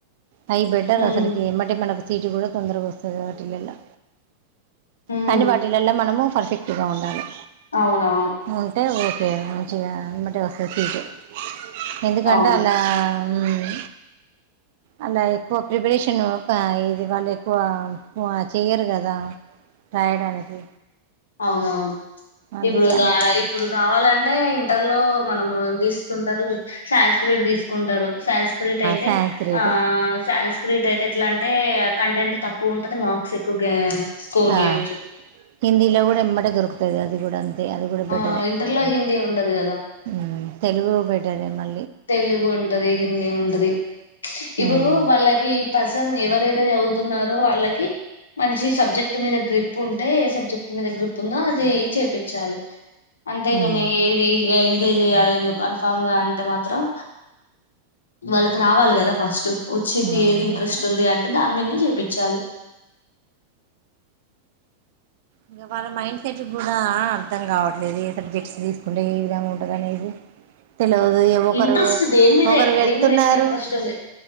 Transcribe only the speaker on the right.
హై బెట్టర్
అసలుకి ఎమ్మటే మనకు సీటు కూడా తొందరగొస్తది వాటిలల్లా
కానీ వాటిలల్లా మనము ఎఫెక్ట్ గా ఉండాలె
ఉంటే ఓ మంచిగా ఎమ్మటే వస్తాది సీటు ఎందుకంటే
అలా మ్మ్ అలా ఎక్కువ ప్రిపరేషన్ ప ఇది వాళ్ళు ఎక్కువ చెయ్యరు కదా, రాయడానికి
అందుకే
అందువారు
సాన్స్క్రిట్
ఆ
హిందీలో కూడా ఎమ్మటే దొరుకుతాది అది ఉడంగ తే అది కూడా బెటరే
మ్మ్ తెలుగు బెటరే మ
ఉమ్
ఉమ్
ఆ
అదే
ఇంక వాళ్ళ మైండ్ సెట్ కూడా అర్థం కావట్లేదు, ఏ సబ్జెక్ట్స్ తీసుకుంటే ఏ విధంగా ఉంటుందనేది. తెలవదు ఇగ ఒకరు
ఒకరు
వెళ్తున్నారు,